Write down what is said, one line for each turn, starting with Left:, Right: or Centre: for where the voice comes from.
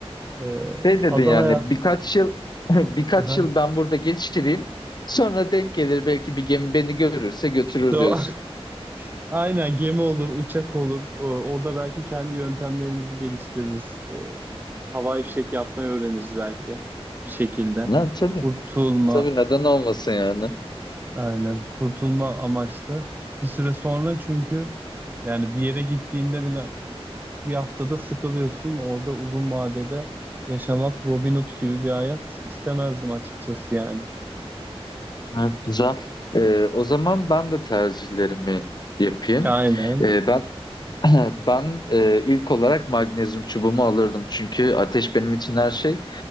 Right: Ee,
Left: Şey dedin
Right: ada
Left: yani
Right: hayat...
Left: birkaç yıl <laughs> birkaç
Right: Aha.
Left: yıl ben burada geçireyim. Sonra denk gelir belki bir gemi beni görürse götürür
Right: So,
Left: diyorsun.
Right: <laughs> aynen gemi olur, uçak olur. Ee, orada belki kendi yöntemlerimizi geliştiririz. Ee, hava ifşek yapmayı öğreniriz belki bir şekilde.
Left: Ha, tabii.
Right: Kurtulma,
Left: Tabii neden olmasın yani.
Right: Aynen. Kurtulma amaçlı. Bir süre sonra çünkü yani bir yere gittiğinde bile e, bir haftada sıkılıyorsun. Orada uzun vadede yaşamak Robin Hood gibi bir hayat istemezdim açıkçası yani.
Left: Evet, güzel. Ee, o zaman ben de tercihlerimi yapayım.
Right: Aynen.
Left: Ee, ben <clears throat> ben e, ilk olarak magnezyum çubuğumu alırdım çünkü ateş benim için her şey.